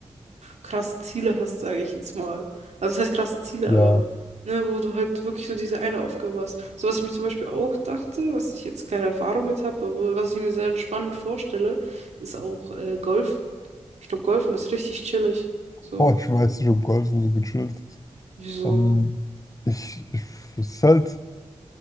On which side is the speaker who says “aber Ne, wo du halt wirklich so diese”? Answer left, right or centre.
Right